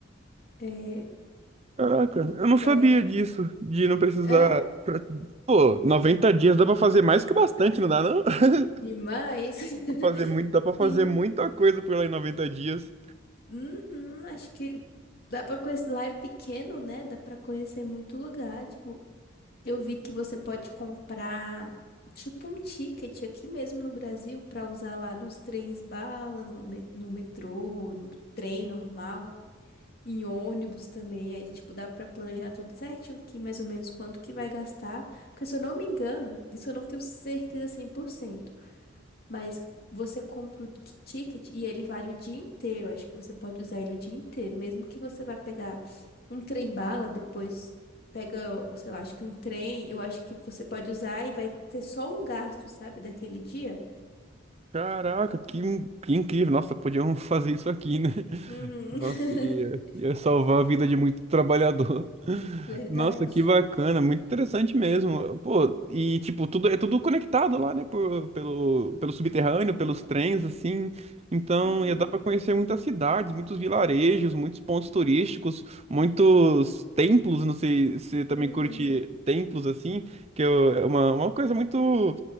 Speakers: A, on the left; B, on the right.
A: É,
B: Caraca,
A: e
B: eu não sabia
A: tava-
B: disso, de não precisar.
A: é
B: pra- Pô, 90 dias dá pra fazer mais que bastante, não dá não? <laughs>
A: demais.
B: pra Fazer
A: <laughs>
B: muito, dá pra fazer
A: Sim.
B: muita coisa por lá em noventa dias.
A: Uhum, acho que dá pra conhecer. Lá é pequeno, né? Dá pra conhecer muito lugar. Tipo, Eu vi que você pode comprar tipo um ticket aqui mesmo no Brasil para usar lá nos trens bala, no, me- no metrô, no trem normal, em ônibus também. Aí, tipo, dá para planejar tudo certinho aqui, mais ou menos quanto que vai gastar. Porque se eu não me engano, isso eu não tenho certeza 100%. Mas você compra o t- ticket e ele vale o dia inteiro. Acho que você pode usar ele o dia inteiro. Mesmo que você vá pegar um trem-bala, depois pega, ou sei lá, acho que um trem, eu acho que você pode usar e vai ter só um gasto, sabe, daquele dia.
B: Caraca, que, in- que incrível. Nossa, podiam <laughs> fazer isso aqui, né?
A: Uhum.
B: Nossa,
A: <laughs>
B: ia, ia salvar a vida de muito trabalhador. <laughs>
A: Verdade.
B: Nossa, que bacana, muito interessante mesmo. Pô, e tipo, tudo é tudo conectado lá, né? Por, pelo, pelo subterrâneo, pelos trens, assim. Então
A: Uhum.
B: ia dar pra conhecer muitas cidades, muitos vilarejos, muitos pontos turísticos, muitos templos. Não sei se você também
A: Uhum.
B: curte templos, assim, que é uma, uma coisa muito